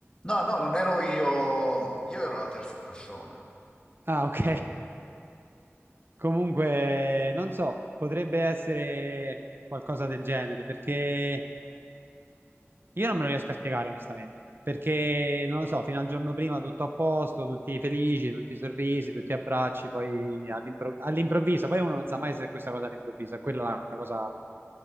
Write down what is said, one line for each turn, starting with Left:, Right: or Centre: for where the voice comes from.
Left: No, no, non ero io, io ero la terza persona.
Right: Ah, ok. <laughs> Comunque, non so, potrebbe essere qualcosa del genere, perché Io non me lo riesco a spiegare onestamente, perché non lo so, fino al giorno prima tutto a posto, tutti felici, tutti sorrisi, tutti abbracci, poi all'impro- all'improvviso, poi uno non sa mai se è questa cosa all'improvviso, è quella la cosa